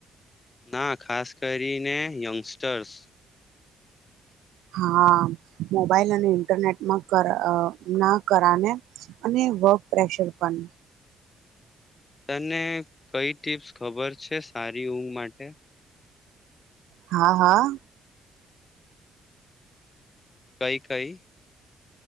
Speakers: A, on the left (about 25°); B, on the right (about 80°).
A: ના ખાસ કરીને યંગસ્ટર્સ
B: હા મોબાઈલ અને ઇન્ટરનેટમાં કર અ ના કરાને અને વર્ક પ્રેશર પણ
A: તને કઈ ટીપ્સ ખબર છે સારી ઊંઘ માટે?
B: હા હા.
A: કઈ-કઈ?